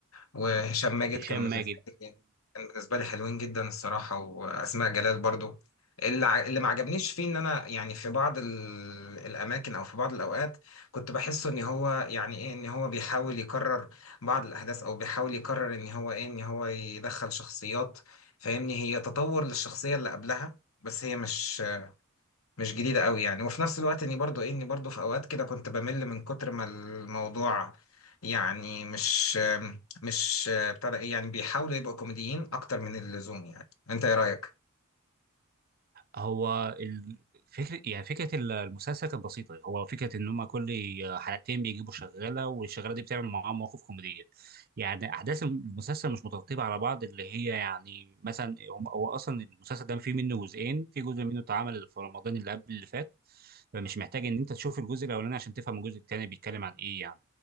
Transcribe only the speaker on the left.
وهشام ماجد
كان
بالنسبة لي كان بالنسبة لي حلوين جدا الصراحة وأسماء جلال برضو اللي ع- اللي ما عجبنيش فيه ان انا يعني في بعض ال- الاماكن او في بعض الاوقات كنت بحسه ان هو يعني ايه ان هو بيحاول يكرر بعض الاحداث او بيحاول يكرر ان هو ايه ان هو يدخل شخصيات فاهمني هي تطور للشخصية اللي قبلها بس هي مش مش جديدة قوي يعني وفي نفس الوقت اني برضو ايه اني برضو في اوقات كده كنت بمل من كتر ما الموضوع يعني مش مش بتاع ده ايه يعني بيحاولوا يبقوا كوميديين اكتر من اللزوم يعني انت ايه رأيك؟